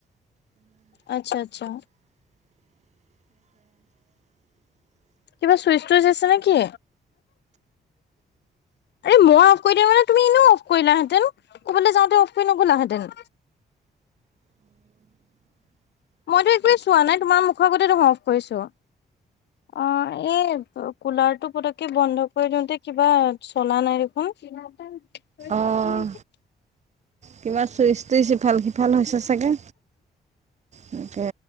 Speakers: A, on the left; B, on the right.
A: আচ্ছা, আচ্ছা, কিবা চুইচ টুইচ আছে নেকি? আৰে মই অফ কৰি দিম মানে, তুমি এনেও অফ কৰিলাাহেতেন, ক'ৰবাললৈ যাওঁতে অফ কৰি নগ'লাহেঁতেন মইতো একোৱে চোৱা নাই, তোমাৰ মুখৰ আগতেতো মফ কৰিছো অ', ই কুলাৰ টো পতককে বন্ধ কৰি দিওঁতে কিবা চলা নাই দেখোন কি নটা চা
B: অঁ
A: আছে নেকি?
B: কিবা চুইচ টুইচ ইফাল সিফাল হৈছে চাগে তাকে